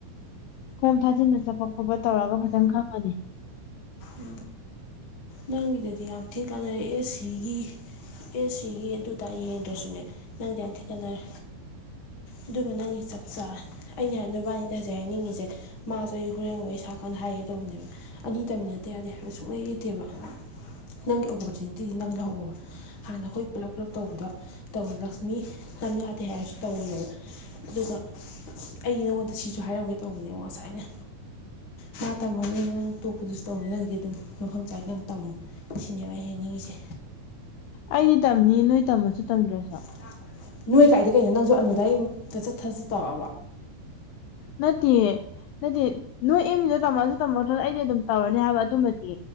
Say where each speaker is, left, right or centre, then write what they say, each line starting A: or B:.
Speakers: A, on the left; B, on the left.
A: ꯐꯣꯝ ꯊꯥꯖꯤꯟꯕ ꯆꯠꯄ ꯈꯣꯠꯄ ꯇꯧꯔꯒ ꯐꯖꯅ ꯈꯪꯉꯅꯤ
B: ꯎ ꯅꯪꯒꯤꯗꯗꯤ ꯌꯥꯝ ꯊꯤꯅ ꯀꯥꯟꯅꯔꯛ ꯑꯦꯁꯤꯒꯤ ꯑꯦꯁꯤꯒꯤ ꯑꯗꯨꯗ ꯌꯦꯡꯗ꯭ꯔꯁꯨꯅꯦ ꯅꯪꯗꯤ ꯌꯥꯝ ꯊꯤꯟꯅ ꯀꯥꯅꯔꯦ ꯑꯗꯨꯕꯨ ꯅꯪꯒꯤ ꯆꯞ ꯆꯥ ꯑꯩꯅ ꯅꯨꯕꯥꯅꯤꯗ ꯍꯧꯖꯤꯛ ꯍꯥꯏꯅꯤꯡꯉꯤꯁꯦ ꯃꯥꯁꯨ ꯑꯩ ꯍꯣꯔꯦꯟꯒ ꯑꯩ ꯁꯥꯀꯥꯟ ꯍꯥꯏꯒꯗꯧꯕꯅꯦꯕ ꯑꯅꯤ ꯇꯝꯃꯤꯟꯅꯠꯇ ꯌꯥꯗꯦ ꯍꯥꯏꯕ ꯁꯨꯡꯂꯩ ꯂꯩꯇꯦꯕ ꯅꯪꯒꯤ ꯑꯣꯄꯣꯔꯆꯨꯅꯤꯇꯤꯗꯤ ꯅꯪ ꯂꯧꯍꯧꯕ ꯍꯥꯟꯅ ꯑꯩꯈꯣꯏ ꯄꯨꯜꯂꯞ ꯄꯨꯂꯞ ꯇꯧꯕꯗꯣ ꯇꯧꯋꯦ ꯂꯛꯁꯃꯤ ꯂꯝ ꯌꯥꯗꯦ ꯍꯥꯏꯔꯁꯨ ꯇꯧꯋꯅꯦꯕ ꯑꯗꯨꯒ ꯑꯩꯒꯤ ꯅꯉꯣꯟꯗ ꯁꯤꯁꯨ ꯍꯥꯏꯔꯝꯒꯦ ꯇꯧꯕꯅꯦꯕ ꯉꯁꯥꯏꯅ ꯃꯥ ꯇꯝꯃꯒ ꯑꯣꯏꯅ ꯅꯪ ꯇꯣꯛꯄꯗꯨꯁꯨ ꯇꯧꯅ ꯅꯪꯗꯤ ꯑꯗꯨꯝ ꯃꯐꯝ ꯆꯥꯏ ꯅꯪ ꯇꯝꯃꯨ ꯁꯤꯅꯦꯕ ꯑꯩꯩꯅ ꯍꯥꯏꯅꯤꯡꯉꯤꯁꯦ
A: ꯑꯩꯗꯤ ꯇꯝꯅꯤ ꯅꯣꯏ ꯇꯝꯃꯁꯨ ꯇꯝꯗ꯭ꯔꯁꯨ
B: ꯆꯥꯛ ꯂꯣꯏꯔꯦ ꯅꯣꯏ ꯀꯥꯏꯗꯤ ꯀꯩꯅꯣ ꯅꯪꯁꯨ ꯑꯗꯨꯗꯥꯏ ꯆꯇꯠ ꯊꯖꯠ ꯇꯧꯛꯑꯕ
A: ꯅꯠꯇꯦꯌꯦ ꯅꯠꯇꯦ ꯅꯣꯏ ꯑꯦꯝꯃꯤꯗ ꯇꯝꯃꯁꯨ ꯇꯝꯃꯛꯇꯔ ꯑꯩꯅ ꯑꯗꯨꯝ ꯇꯧꯔꯅꯤ ꯍꯥꯏꯕ ꯑꯗꯨꯃꯗꯤ